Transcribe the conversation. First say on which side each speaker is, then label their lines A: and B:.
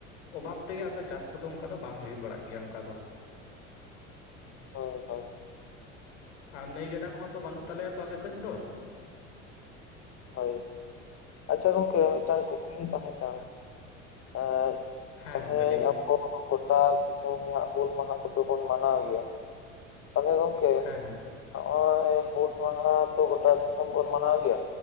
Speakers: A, on the left; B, on the left.
A: ᱚᱵᱷᱟᱵ ᱛᱮᱜᱮ ᱟᱫᱚ ᱪᱟᱥ ᱠᱚᱫᱚ ᱚᱝᱠᱟ ᱫᱚ ᱵᱟᱝ ᱦᱩᱭᱩᱜ ᱵᱟᱲᱟᱜ ᱜᱮᱭᱟ ᱚᱱᱠᱟ ᱫᱚ
B: ᱦᱳᱭ ᱦᱳᱭ‌
A: ᱟᱨ ᱱᱟᱹᱭ ᱜᱟᱰᱟ ᱠᱚᱦᱚᱸ ᱛᱚ ᱵᱟᱹᱱᱩᱜ ᱛᱟᱞᱮᱭᱟ ᱛᱚ ᱟᱞᱮᱥᱮᱫ ᱫᱚ
B: ᱦᱳᱭ ᱟᱪᱪᱷᱟ ᱜᱚᱝᱠᱮ ᱢᱤᱫᱴᱟᱝ ᱠᱩᱠᱞᱤ ᱛᱟᱦᱮᱸᱜ ᱠᱟᱱᱟ᱾ ᱟᱨ
A: ᱦᱮᱸ
B: ᱛᱮᱦᱮᱧ
A: ᱜᱚᱝᱠᱮ ᱞᱟᱹᱭᱵᱤᱱ
B: ᱟ <inaudible> ᱜᱚᱴᱟ ᱫᱤᱥᱚᱢ ᱜᱮ ᱦᱟᱸᱜ ᱦᱩᱞ ᱢᱟᱦᱟ ᱠᱚᱫᱚ ᱵᱚᱱ ᱢᱟᱱᱟᱣ ᱜᱮᱭᱟ᱾ ᱛᱟᱦᱞᱮ ᱜᱚᱝᱠᱮ,
A: ᱦᱮᱸ ᱜᱚᱝᱠᱮ
B: ᱱᱚᱜᱼᱚᱭ, ᱦᱩᱞ ᱢᱟᱦᱟ ᱛᱚ, ᱜᱚᱴᱟ ᱫᱤᱥᱚᱢ ᱵᱚᱱ, ᱢᱟᱱᱟᱣ ᱜᱮᱭᱟ,